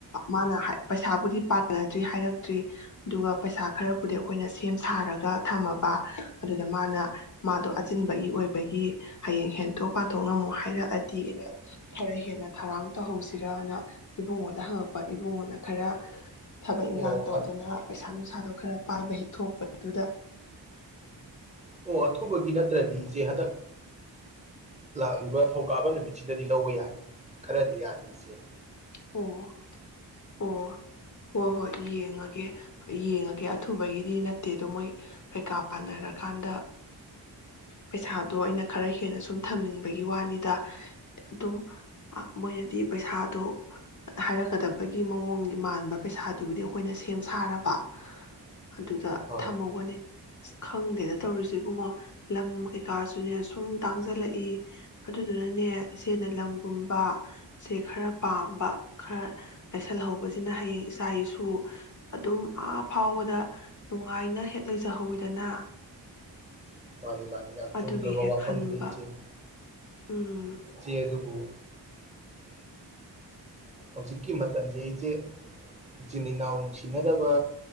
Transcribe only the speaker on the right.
ꯑꯣ
ꯑꯣ ꯑꯊꯨꯕꯒꯤ ꯅꯠꯇ꯭ꯔꯗꯤ ꯏꯆꯦ ꯍꯟꯗꯛ ꯂꯥꯛꯂꯤꯕ ꯊꯧꯀꯥꯕ ꯅꯨꯃꯤꯠ ꯁꯤꯗꯗꯤ ꯂꯧꯕ ꯌꯥꯅꯤ ꯈꯔꯗꯤ ꯌꯥꯅꯤ꯫ ꯏꯆꯦ꯫
ꯑꯥ
ꯃꯥꯅꯤ - ꯃꯥꯅꯤ ꯌꯥꯝ ꯆꯨꯝꯈ꯭ꯔꯕ
ꯋꯥꯐꯝꯅꯤꯗ
ꯏꯆꯦ꯫
ꯢꯆꯦ ꯑꯗꯨꯕꯨ ꯍꯧꯖꯤꯛꯀꯤ ꯃꯇꯝꯁꯦ ꯏꯆꯦ ꯏꯆꯤꯟ ꯏꯅꯥꯎ ꯅꯨꯡꯁꯤꯅꯗꯕ